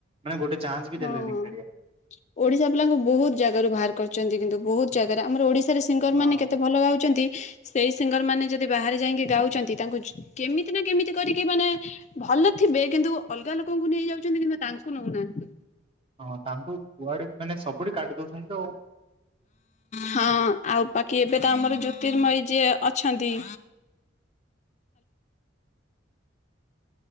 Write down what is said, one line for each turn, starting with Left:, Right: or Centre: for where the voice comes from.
Right: ମାନେ ଗୋଟେ ଚାନ୍ସ ବି ଦେଲେନି
Left: ହଁ
Right: ଖେଳବାକୂ।
Left: ଓଡିଶା ପିଲାଙ୍କୁ ବହୁତ ଜାଗାରୁ ବାହାର କରିଛନ୍ତି କିନ୍ତୁ ବହୁତ ଜାଗାରେ ଆମର ଓଡିଶ ସେଠି ସିଙ୍ଗର
Right: ହଁ
Left: ମାନେ କେତେ ଭଲ ଗାଉଛନ୍ତି। ସେଇ ସିଙ୍ଗର ମାନେ ଯଦି ବାହାରେ ଯାଇକି ଗାଉଛନ୍ତି ତାଙ୍କୁ ଯୋ କେମିତି ନା କେମିତି କରିକି ମାନେ ଭଲ ଥିବେ କିନ୍ତୁ ଅଲଗା ଲୋକଙ୍କୁ ନେଇ ଯାଉଛନ୍ତି କିନ୍ତୁ ତାଙ୍କୁ ନଉନାହାନ୍ତି।
Right: ହଁ ତାଙ୍କୁ କୁଆଡ଼େ ମାନେ ସବୁଠି କାଡ଼ି ଦଉଛନ୍ତି ତ,
Left: ହଁ ଆଉ ବାକି ଏବେ ତ ଆମର ଜ୍ୟୋତିର୍ମୟୀ ଯିଏ ଅଛନ୍ତି